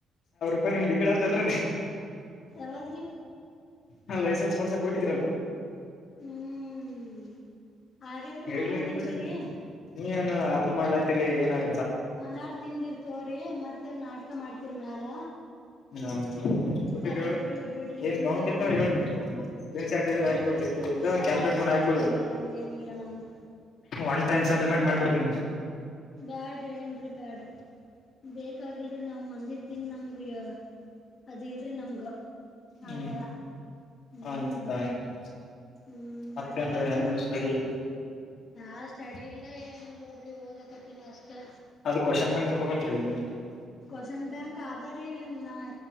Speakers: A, on the left; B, on the left.
A: ಇ ನಿಮ್ದು ಈ ಕಡೆ ಆಟದು ಅಲ್ಲಾ ರಿ
B: ಯಾವ್ದ್ರಿ
A: ಹಾ ಲೈಸೆನ್ಸ್ ಮಾಡ್ಸಾಕ್ ಕೊಟ್ಟಿದ್ರಲ್
B: ಹ್ಮ್ ಹಾಗಾದ್ರಿ
A: ಹೇಳಲಿ
B: ಮನಾರ್
A: ಇಬಡಿ
B: ತಿಂದಿರಿ
A: ನೀವ ಏನ್ ಅರ್ನ್ ಮಾಡ್ಲಾಯ್ತಿೀರಿ ಏನಾಗ
B: ಮನ್ಡ್ ತಿಂದಿರ್ ತೋರಿ ಮತ್ತ ನಾಟಕ ಮಾಡ್ತಿರ್ ಮ್ಯಾಲ
A: ಹೌದೌದು ಕೊಟ್ಟಿದ
B: ಪರವಾಗಿಲ್ಲ ಬಿಡ್ರಿ
A: ಏನ್
B: ನೀವೇ
A: ಕೌಂಟ್ ಇತ್ತು
B: ತಿಂದು
A: ಹೇಳ್ ಬಿಡ್ರಿ ಸ್ಕ್ರೀನ್ ಶಾಟ್ ಇದ್ರ ಹ
B: ನೀವೇ
A: ಆಿಬ ಬಿಡ್ರಿಷ್ಟ
B: ತಿಂದು ಉದ್ದಾರ
A: ಕ್ಯಾಲಿಕಟ್
B: ಆಗ್ರಿ
A: ಮಾಡ ಆಕು
B: ಪರವಾಗಿಲ್ಲ
A: <unintelligible>
B: ಹಂಗೇನಿಲ್ಲ ನಮ್ದು
A: ಒನ್ ಟೈಮ್ ಸೆಟಲ್ಮೆಂಟ್ ಮಾಡಿಬಿಡ್ತೀನಿ
B: ಬ್ಯಾಡ್ರಿ ಏನ್ರಿ ಬ್ಯಾಡ್ರಿ ಬೇಕಾಗಿಲ್ರರಿ ನಾವ್ ಮಂದಿ ತಿನ್ ನಮಗ ಅದಿಲ್ರಿ ನಮ್ಗ
A: ಹ್ಮ್
B: ಆಥರ ಹ್ಮ
A: ಆಯ್ತ ಆಯ್ತು
B: ಹ್ಮ್
A: ಮತ್ತೇನ್ರೀ
B: ಮತ್ತ ಏನು
A: ಹೆಂಗ್
B: ರಿ
A: ಸ್ಟಡಿ
B: ನಾ ಸ್ಟಡಿ ಇಲ್ಲ ಏನಿಲ್ಲ ನೋಡ್ರಿ ಓದಕತೀನಿ ಅಷ್ಟೇ
A: ಅದು ಕ್ವಶನ್ <unintelligible>
B: ಕ್ವಶನ್ ಬ್ಯಾಂಕ್ ಆದ ರಿ ಹಾ